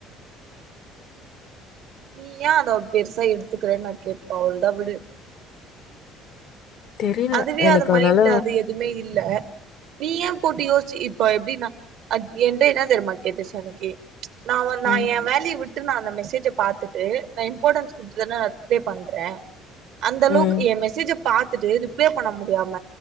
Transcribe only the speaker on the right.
நீ ஏன் அத பெருசா எடுத்துக்குற நா கேப்ப அவ்ள்தா விடு
அதுவே
அது மைண்ட்ல
அது எதுமே இல்ல நீ ஏ போட்டு யோசிச்சு இப்ப எப்டின்னா அத் என்ட என்ன தெரிமா கேட்டுச்சு அன்னைக்கு நா வ
ஏ வேலய விட் நா அந்த மெசேஜ பாத்துட்டு இம்பார்டன்ஸ் குடுத்துன நா ரிப்லே பண்ற அந்த அளவுக்
எ மெசேஜ பாத்துட்டு ரிப்ளை பண்ண முடியாம